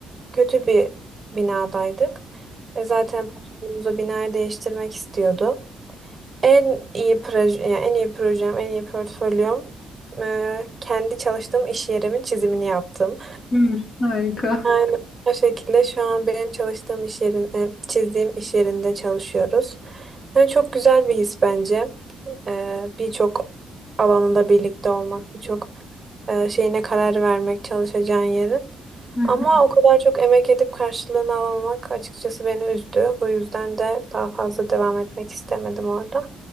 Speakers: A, on the right; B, on the left.
A: kötü bir binadaydık. E, Zaten patronumuz o binayı değiştirmek istiyordu. En iyi proje, yani en iyi projem, en iyi portfolyom eee, kendi çalıştığım iş yerimin çizimini yaptım.
B: Hı, harika.
A: <laughs> Aynen o şekilde şu an benim çalıştığım iş yerinde, çizdiğim iş yerinde çalışıyoruz. Yani çok güzel bir his bence. Eee, birçok alanında birlikte olmak, birçok e, şeyine karar vermek çalışacağın yerin.
B: Hı
A: Ama
B: hı,
A: o kadar çok emek edip karşılığını alamamak açıkçası beni üzdü. Bu yüzden de daha fazla devam etmek istemedim orada.